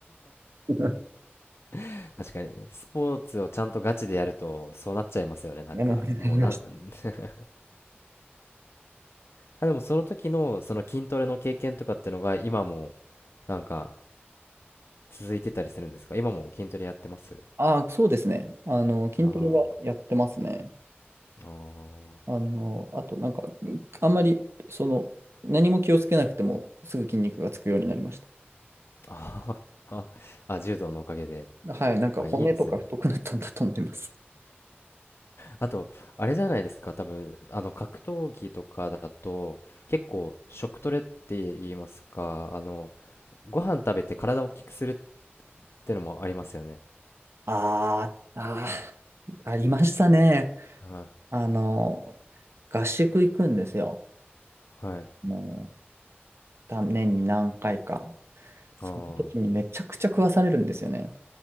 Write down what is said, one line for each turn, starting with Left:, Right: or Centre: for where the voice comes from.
Right: <laughs>
Left: ー確かに、スポーツをちゃんとガチでやると、そうなっちゃいますよね、なんか。
Right: やめました。
Left: もうな、<laughs> あ、でもその時の、その筋トレの経験とかってのが、今も、なんか、続いてたりするんですか今も筋トレやってます
Right: ああ、そうですね。あの、筋トレはやってますね。
Left: あーあー
Right: あの、あとなんか、あんまり、その、何も気をつけなくても、すぐ筋肉がつくようになりました。
Left: あはあ、柔道のおかげで。
Right: はい、なんか骨とか太くなったんだと思います。
Left: まあ、いいですね。あと、あれじゃないですか、多分、あの、格闘技とかだと、結構、食トレって言いますか、あの、ご飯食べて体を大きくするってのもありますよね。
Right: あーあー、ありましたね。
Left: はい。
Right: あの、合宿行くんですよ。
Left: はい。
Right: もう、た年に何回か。その時にめちゃくちゃ食わされるんですよね。
Left: あ